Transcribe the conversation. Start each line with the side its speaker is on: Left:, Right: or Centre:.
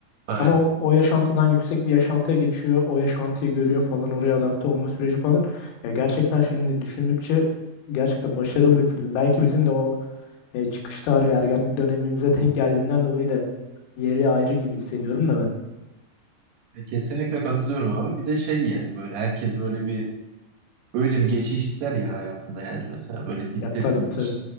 Right: aynen.
Left: Ama o, o yaşantıdan yüksek bir yaşantıya geçiyor. O yaşantıyı görüyor falan. Oraya adapte olma süreci falan. Ya gerçekten şimdi düşündükçe gerçekten başarılı bir film. Belki bizim de o e, çıkış tarihi ergenlik dönemimize denk geldiğinden dolayı da yeri ayrı gibi hissediyorum da ben.
Right: E, Kesinlikle katılıyorum abi. Bir de şey yani böyle herkes böyle bir böyle bir geçiş ister ya hayatında yani mesela böyle diptesindir.
Left: Ya tabii tabii.